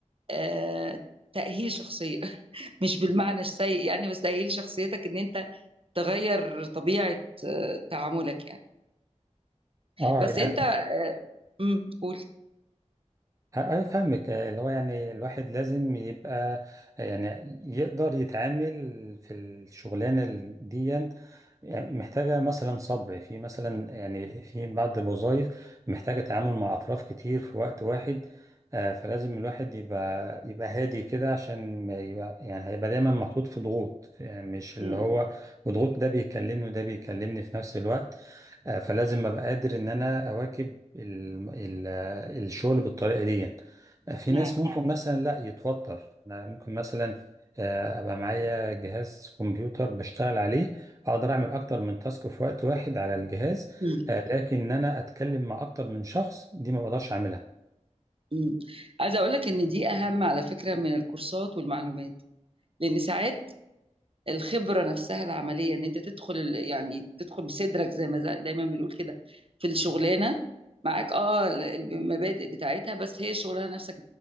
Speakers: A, on the right; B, on the right.
A: آه تأهيل شخصية <laughs> مش بالمعنى السيء يعني بس تأهيل شخصيتك ان انت تغير طبيعة آه، تعاملك يعني
B: اه
A: بس
B: يعني
A: انت امم قول
B: أنا فاهمك آه، اللي هو يعني الواحد لازم يبقى آه، يعني يقدر يتعامل في الشغلانة ال- دي يعني محتاجة مثلا صبر في مثلا يعني في بعض الوظائف محتاجة تعامل مع أطراف كتير في وقت واحد آه، فلازم الواحد يبقى يبقى هادي كده عشان ما يبقى يعني هيبقى دايما محطوط في ضغوط يعني مش اللي
A: امم
B: هو وضغوط ده بيكلمني وده بيكلمني في نفس الوقت آه، فلازم ابقى قادر ان انا اواكب ال ال آه، الشغل بالطريقه دي آه، في
A: معاك
B: ناس ممكن مثلا لا يتوتر انا ممكن مثلا آه، ابقى معايا جهاز كمبيوتر بشتغل عليه اقدر اعمل اكتر من تاسك في وقت واحد على الجهاز
A: امم
B: آه، لكن ان انا اتكلم مع اكتر من شخص دي ما بقدرش اعملها
A: امم عايزة اقول لك ان دي اهم على فكرة من الكورسات والمعلومات لان ساعات الخبرة نفسها العملية ان انت تدخل ال- يعني تدخل بصدرك زي ما ز- دايما بنقول كده في الشغلانة معاك اه ال- المبادئ بتاعتها بس هي الشغلانة نفسك